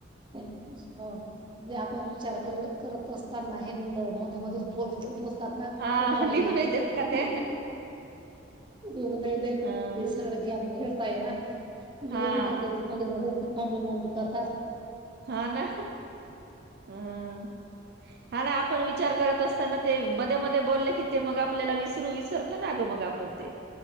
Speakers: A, on the right (about 25°); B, on the right (about 55°).
A: म्हणजे आपण विचार कर करत असताना हे मुलं मध्ये मध्येच बोल बोलतात ना
B: हा
A: खूप राग
B: हा, लिहू
A: येतो
B: नाही
A: मग,
B: देत का ते
A: येऊ नाही देत
B: हं,
A: ते सगळं खेळता ये ना, लिहून
B: हा
A: नाही देत, मध्ये मध्ये मम्मी मम्मी करत अस
B: हा ना, ह हा ना आपण विचार करत अस ताना ते, मध्ये मध्ये बोलले की ते मग आपल्याला विसरू विसरतो ना ग मग आपण ते.